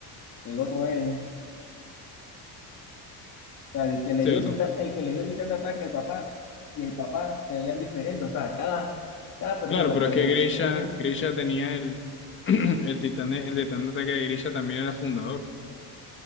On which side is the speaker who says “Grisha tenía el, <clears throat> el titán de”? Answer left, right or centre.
Left